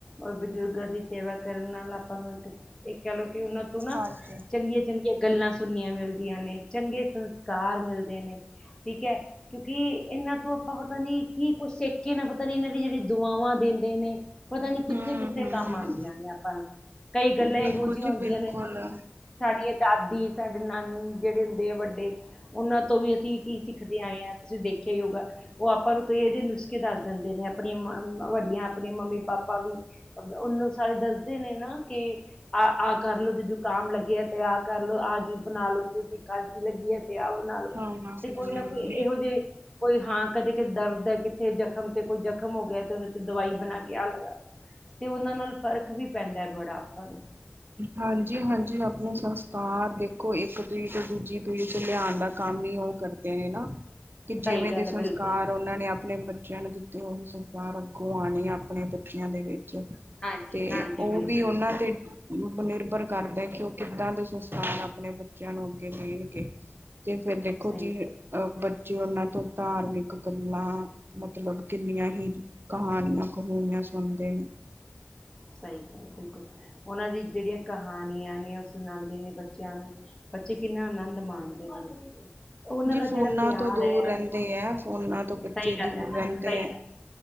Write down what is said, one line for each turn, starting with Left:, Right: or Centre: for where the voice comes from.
Left: ਔਰ ਬਜ਼ੁਰਗਾਂ ਦੀ ਸੇਵਾ ਕਰਨ ਨਾਲ ਆਪਾਂ ਨੂੰ ਇੱਕ <unintelligible> ਕੇ ਉਹਨਾਂ ਤੋਂ ਨਾ
Right: ਹਾਂਜੀ
Left: ਚੰਗੀਆਂ ਚੰਗੀਆਂ ਗੱਲਾਂ ਸੁਣਨੀਆਂ ਮਿਲਦੀਆਂ ਨੇ, ਚੰਗੇ ਸੰਸਕਾਰ ਮਿਲਦੇ ਨੇ, ਠੀਕ ਹੈ ਕਿਉਂਕਿ ਇਹਨਾਂ ਤੋਂ ਆਪਾਂ ਪਤਾ ਨੀ ਕੀ ਕੁੱਛ ਸਿੱਖਕੇ ਨਾ ਪਤਾ ਜੇੜੀ ਦੁਆਵਾਂ ਦੇਂਦੇ ਨੇ ਪਤਾ ਨੀ ਕਿੱਥੇ
Right: ਹਮ
Left: ਕਿੱਥੇ
Right: ਹਮ
Left: ਕੰਮ
Right: ਹਮ
Left: ਆਨੰਦੀਆਂ ਨੇ ਆਪਾਂ ਨੂੰ, ਕਈ ਗੱਲਾਂ
Right: ਬਿਲਕੁਲ
Left: ਇਹੋ ਜਿਹੀਆਂ
Right: ਜੀ
Left: ਹੁੰਦੀਆਂ
Right: ਬਿਲਕੁਲ
Left: ਨੇ <unintelligible>
Right: ਹਾਂ
Left: ਦਾਦੀ ਸਾਡੇ ਨਾਨੀ ਜਿਹੜੇ ਹੁੰਦੇ ਆ ਵੱਡੇ, ਉਹਨਾਂ ਤੋਂ ਵੀ ਅਸੀਂ ਕੀ ਸਿੱਖਦੇ ਆਏ ਹਾਂ ਤੁਸੀਂ ਦੇਖਿਆ ਹੀ ਹੋਊਗਾ ਉਹ ਆਪਾਂ ਨੂੰ ਕਈ ਏਹੋ ਜੇ ਨੁਸਖੇ ਦ <unintelligible> ਅਪਣੀਆਂ ਵੱਡੀਆਂ ਅਪਣੀ ਮੰਮੀ ਪਾਪਾ ਵੀ ਉਹਨੂੰ ਸਾਰੇ ਦੱਸਦੇ ਨੇ ਨਾ ਕਿ ਆਹ ਆਹ ਕਰ ਲੋ ਜੇ ਜੁਕਾਮ ਲੱਗਆ ਤੇ ਆਹ ਕਰ ਲੋ, ਆਹ ਚੀਜ਼ ਬਣਾ ਲੋਂ, ਤੁਸੀ ਖਾਂਸੀ ਲੱਗੀ ਏ ਤੇ ਅ ਬਨਾ ਲੋ
Right: ਹਮ
Left: ਤੇ ਕੋਈ ਨਾ ਕੋਈ ਇਹੋ ਜਿਹੇ ਕੋਈ ਹਾਂ ਕਦੇ ਕਿ ਦਰਦ ਹੈ, ਕਿੱਥੇ ਜਖਮ ਤੇ ਕੋਈ ਜ਼ਖਮ ਹੋ ਗਿਆ ਤੇ ਉਹਦੇ ਤੇ ਦਵਾਈ ਬਣਾ ਕੇ ਆਹ ਲਗਾ ਲੋ। ਤੇ ਉਹਨਾਂ ਨਾਲ ਫ਼ਰਕ ਵੀ ਪੈਂਦਾ ਹੈ ਬੜਾ ਆਪਾਂ ਨੂੰ।
Right: ਹਾਂਜੀ- ਹਾਂਜੀ ਅਪਣੇ ਸੰਸਕਾਰ ਦੇਖੋ ਇੱਕ ਪੀੜੀ ਤੋਂ ਦੂਜੀ ਪੀੜੀ ਚ ਲਿਆਣ ਦਾ ਕੰਮ <unintelligible> ਉਹ ਕਰਦੇ ਨੇ ਨਾ ਕਿ ਜਿਵੇਂ
Left: ਸਹੀ ਗੱਲ
Right: ਦੇ
Left: ਹੈ
Right: ਸੰਸਕਾਰ
Left: ਬਿਲਕੁਲ
Right: ਉਹਨਾਂ ਨੇ ਅਪਣੇ ਬੱਚਿਆਂ ਨੂੰ ਤੇ ਉਹੀ ਸੰਸਕਾਰ ਅੱਗੋਂ ਆਣੇ ਅਪਣੇ ਬੱਚਿਆਂ ਦੇ ਵੀ
Left: ਹਾਂਜੀ
Right: ਤੇ
Left: ਹਾਂਜੀ
Right: ਉਹ
Left: ਬਿਲਕੁਲ
Right: ਵੀ ਉਹਨਾਂ ਤੇ ਨਿਰਭਰ ਕਰਦਾ ਕਿ ਕਿੱਦਾਂ ਦੇ ਸੰਸਕਾਰ ਅਪਣੇ ਬੱਚਿਆਂ ਨੂੰ ਅੱਗੇ ਦੇਣਗੇ? ਤੇ ਫੇਰ ਦੇਖੋ
Left: ਸਹੀ
Right: ਜੀ
Left: ਗੱਲ
Right: ਅਹ ਬੱਚੇ ਉਹਨਾਂ ਤੋਂ ਧਾਰਮਿਕ ਗੱਲਾਂ ਮਤਲਬ ਕਿੰਨੀਆਂ ਹੀ ਕਹਾਣੀਆਂ ਕਹੂਣੀਆਂ ਸੁਣਦੇ ਨੇ।
Left: ਸਹੀ ਗੱਲ ਹੈ ਬਿਲਕੁਲ। ਉਹਨਾਂ ਦੀ ਜੇੜੀਆਂ ਕਹਾਣੀਆਂ ਨੇ ਉਹ ਸੁਣਾਉਂਦੇ ਨੇ ਬੱਚਿਆਂ ਨੂੰ ਬੱਚੇ ਕਿੰਨਾ ਆਨੰਦ ਮਾਣਦੇ ਨੇ। ਉਹਨਾਂ
Right: ਜੀ
Left: ਦਾ ਜਿਹੜਾ
Right: ਫੋਨਾਂ
Left: ਪਿਆਰ
Right: ਤੋਂ ਦੂਰ
Left: ਹੈ
Right: ਰਹਿੰਦੇ ਹੈ ਫੋਨਾਂ ਤੋਂ ਬੱਚੇ
Left: ਸਹੀ ਗੱਲ
Right: ਦੂਰ
Left: ਹੈ,
Right: ਰਹਿੰਦੇ
Left: ਸਹੀ।
Right: ਹੈ।